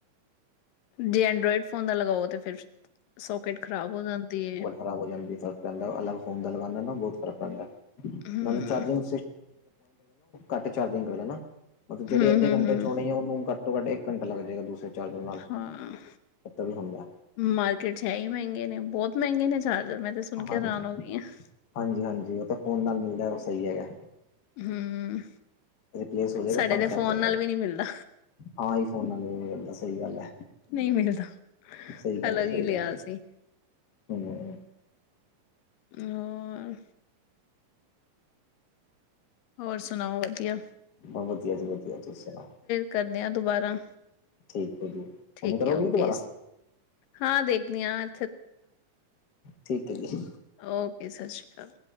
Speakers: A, on the left; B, on the left.
A: ਜੇ ਐਂਡਰੋਇਡ ਫੋਨ ਦਾ ਲਗਾਓ ਤੇ ਫਿਰ ਸੋਕਟ ਖ਼ਰਾਬ ਹੋ ਜਾਂਦੀ।
B: ਖ਼ਰਾਬ ਹੋ ਜਾਂਦੀ ਫਰਕ ਪੈਂਦਾ ਅਲੱਗ ਫੋਨ ਲਗਾਉ ਬਹੁਤ ਫ਼ਰਕ ਪੈਂਦਾ
A: ਹਮ
B: ਨਾਲ ਚਾਰਿੰਗ ਘੱਟ ਚਾਰਜਿੰਗ ਮਤਲਬ ਜਿਹੜੇ
A: ਹਮ
B: ਅੱਦੇ
A: ਹਮ
B: ਘੱਟੇ
A: ਹਮ
B: ਚ ਹੋਣੀ ਆ ਉਹਨੂੰ ਘਟਾ ਇੱਕ ਘੱਟਾ ਲੱਗ ਜਾਏਗਾ ਦੂਸਰੇ ਚਾਰਜਰ ਨਾਲ
A: ਹਾਂ
B: ਏਦਾਂ ਵੀ ਹੁੰਦਾ
A: ਮਾਰਕੀਟ ਚ ਹੈ ਹੀ ਮਹਿੰਗੇ ਨੇ ਬਹੁਤ ਮਹਿੰਗੇ ਨੇ ਚ ਮੈਂ ਤੇ ਸੁਣ ਕੇ
B: ਹਾਂਜੀ
A: ਹੈਰਾਨ ਹੋ ਗਈ ਹਾਂ।
B: ਹਾਂਜੀ ਹਾਂਜੀ ਉਹ ਤਾਂ ਫੋਨ ਨਾਲ ਮਿਲਦਾ ਉਹ ਸਹੀ ਹੈਗਾ।
A: ਹਮ।
B: ਰਿਪਲੇਸ ਹੋ ਜਾਵੇਗਾ
A: ਸਾਡੇ
B: ਪੰਜ
A: ਤੇ
B: ਸੱਤ
A: ਫੋਨ
B: ਦਿਨਾਂ।
A: ਨਾਲ ਵੀ ਨਹੀਂ ਮਿਲਦਾ
B: ਹਾਂ ਹੀ ਫੋਨਾਂ ਨੂੰ ਨਹੀਂ ਮਿਲਦਾ ਸਹੀ ਗੱਲ ਹੈ।
A: ਨਹੀਂ ਮਿਲਦਾ
B: ਸਹੀ ਗੱਲ
A: ਅਲੱਗ
B: ਹੈ ਸਹੀ
A: ਹੀ ਲਿਆ
B: ਗੱਲ ਹੈ
A: ਸੀ
B: ਹਮ।
A: ਹੋਰ। ਹੋਰ ਸੁਣਾਓ ਵਧੀਆ।,
B: ਬੱਸ ਵਧੀਆ ਜੀ ਵਧੀਆ ਤੁਸੀਂ ਸੁਣਾਓ।
A: ਕਰਨੇ ਆ ਦੁਬਾਰਾ।
B: ਠੀਕ ਹੈ ਜੀ
A: ਠੀਕ
B: ਹੁਣ ਕਰੋਗੇ
A: ਹੈ ਓਕੇ
B: ਦੁਬਾਰਾ?
A: ਹਾਂ ਦੇਖਦੀ ਹਾਂ।
B: ਠੀਕ ਹੈ ਜੀ।
A: ਓਕੇ ਸਤਿ ਸ਼੍ਰੀ ਅਕਾਲ।